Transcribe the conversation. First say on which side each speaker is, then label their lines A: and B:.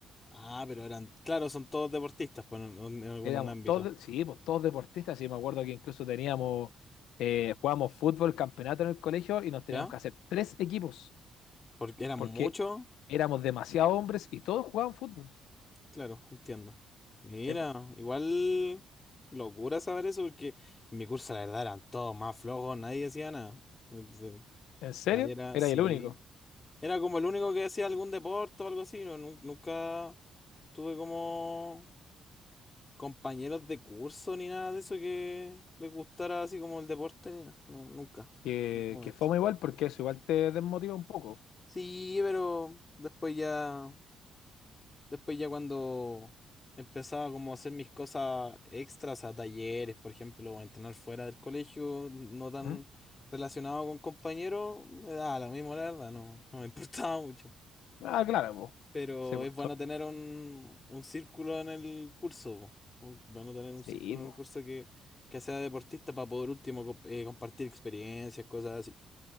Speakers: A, on the left; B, on the left.
A: Ah, pero eran, claro, son todos deportistas pues, en, en algún
B: Éramos
A: ámbito.
B: todos, sí, pues todos deportistas, y me acuerdo que incluso teníamos, eh, jugábamos fútbol, campeonato en el colegio, y nos
A: ¿Ya?
B: teníamos que hacer tres equipos,
A: Porque eran
B: porque
A: muchos.
B: éramos demasiados hombres y todos jugaban fútbol.
A: Claro, entiendo. Mira,
B: Sí, po.
A: igual locura saber eso porque en mi curso la verdad eran todos más flojos, nadie hacía nada. Entonces,
B: ¿En serio?
A: Nadie era,
B: Era
A: sí.
B: el único.
A: Era como el único que hacía algún deporte o algo así. No, nu- nunca tuve como compañeros de curso ni nada de eso que les gustara así como el deporte ni nada. No, nunca.
B: Que,
A: En ningún momento.
B: que fue muy igual porque eso igual te desmotiva un poco.
A: Sí, pero después ya. Después ya cuando empezaba como a hacer mis cosas extras a talleres, por ejemplo, o entrenar fuera del colegio, no tan
B: ¿Mm?
A: relacionado con compañeros, me daba lo mismo, la verdad, no, no me <laughs> importaba mucho.
B: Ah, claro, pues.
A: Pero
B: Sí, pues,
A: es bueno
B: to-
A: tener un, un círculo en el curso, po. Un- bueno tener un
B: sí,
A: círculo
B: pues,
A: en el curso que, que sea deportista para poder último co- eh, compartir experiencias, cosas así.